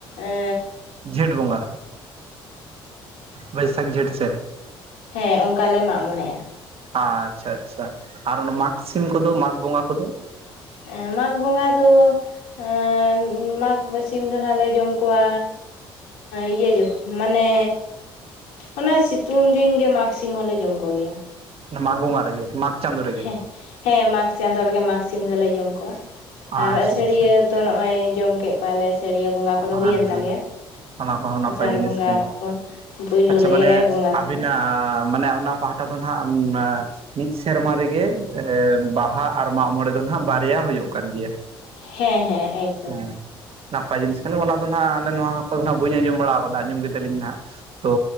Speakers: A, on the left (about 75°); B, on the right (about 50°).
A: ᱮᱻ
B: ᱡᱷᱮᱸᱴ ᱵᱚᱸᱜᱟ, ᱵᱟᱹᱭᱥᱟᱹᱠᱷ ᱡᱷᱮᱸᱴ ᱥᱮᱫ᱾
A: ᱦᱮᱸ ᱚᱱᱠᱟ ᱞᱮ ᱢᱟᱜ ᱢᱚᱬᱮᱜᱼᱟ᱾
B: ᱟᱪᱪᱷᱟ ᱟᱪᱪᱷᱟ, ᱟᱨ ᱚᱱᱟ ᱢᱟᱜᱽ ᱥᱤᱢ ᱠᱚ ᱫᱚ ᱢᱟᱜᱽ ᱵᱚᱸᱜᱟ ᱠᱚ ᱫᱚ?
A: ᱮᱸ ᱢᱟᱜᱽ ᱵᱚᱸᱜᱟ ᱫᱚ ᱟᱨ ᱢᱟᱜᱽ ᱵᱟᱥᱤᱢ ᱫᱚ ᱦᱟᱸᱜ ᱞᱮ ᱡᱚᱢ ᱠᱚᱣᱟᱻ ᱤᱭᱟᱹ ᱡᱚ ᱢᱟᱱᱮ ᱚᱱᱟ ᱥᱤᱛᱩᱝ ᱫᱤᱱ ᱜᱮ ᱢᱟᱜᱽ ᱥᱤᱢ ᱦᱚᱞᱮ ᱡᱚᱢ ᱠᱚ ᱜᱮᱭᱟ᱾
B: ᱢᱟᱜᱽ ᱵᱚᱸᱜᱟ ᱨᱮᱜᱮ, ᱢᱟᱜᱽ ᱪᱟᱸᱫᱳ ᱨᱮᱜᱮ
A: ᱦᱮᱸ, ᱦᱮᱸ ᱢᱟᱜᱽ ᱪᱟᱸᱫᱳ ᱨᱮᱜᱮ ᱢᱟᱜᱽ ᱥᱤᱢ ᱫᱚᱞᱮ ᱡᱚᱢ ᱠᱚᱣᱟ,
B: ᱟᱪᱪᱷᱟ
A: ᱟᱨ ᱟᱹᱥᱟᱹᱲᱤᱭᱟᱹ
B: ᱟᱪᱪᱷᱟ
A: ᱛᱚ ᱱᱚᱜᱼᱚᱭ ᱡᱚᱢ ᱠᱮᱫ ᱠᱚᱣᱟᱞᱮ, ᱥᱟᱹᱲᱤᱭᱟᱹ ᱵᱚᱸᱜᱟ ᱠᱚᱫᱚ
B: ᱦᱳᱭ
A: ᱦᱩᱭᱮᱱ ᱛᱟᱞᱮᱭᱟ᱾
B: ᱚᱱᱟ ᱠᱚᱦᱚᱸ ᱱᱟᱯᱟᱭ
A: ᱟᱥᱟᱲ
B: ᱡᱤᱱᱤᱥ
A: ᱵᱚᱸᱜᱟ
B: ᱜᱮ,
A: ᱯᱩᱭᱞᱩ
B: ᱟᱪᱪᱷᱟ,
A: ᱨᱮᱜᱮᱞᱮ
B: ᱢᱟᱱᱮ
A: ᱵᱚᱸᱜᱟ
B: ᱟᱹᱵᱤᱱᱟᱜ
A: ᱠᱮᱫᱟ
B: ᱢᱟᱱᱮ ᱚᱱᱟ ᱯᱟᱦᱴᱟ ᱫᱚ ᱱᱟᱦᱟᱜ <inaudible> ᱢᱤᱫ ᱥᱮᱨᱢᱟ ᱨᱮᱜᱮ, ᱵᱟᱦᱟ ᱟᱨ ᱢᱟᱜᱽ ᱢᱚᱬᱮ ᱫᱚ ᱱᱟᱦᱟᱜ ᱵᱟᱨᱭᱟ ᱦᱩᱭᱩᱜ ᱠᱟᱱ ᱜᱮᱭᱟ᱾
A: ᱦᱮᱸ ᱦᱮᱸ ᱮᱠᱫᱚᱢ᱾
B: ᱦᱮᱸ ᱱᱟᱯᱟᱭ ᱡᱤᱱᱤᱥ ᱠᱟᱱᱟ ᱚᱱᱟ ᱫᱚ ᱱᱟᱦᱟᱜ ᱟᱞᱮ ᱱᱚᱣᱟ ᱠᱚᱫᱚ ᱦᱟᱸᱜ ᱵᱟᱹᱧ ᱟᱸᱡᱚᱢ ᱵᱟᱲᱟᱣ ᱠᱟᱫᱟ ᱟᱸᱡᱚᱢ ᱠᱮᱫᱟᱞᱤᱧ ᱱᱟᱸᱜ ᱛᱚ,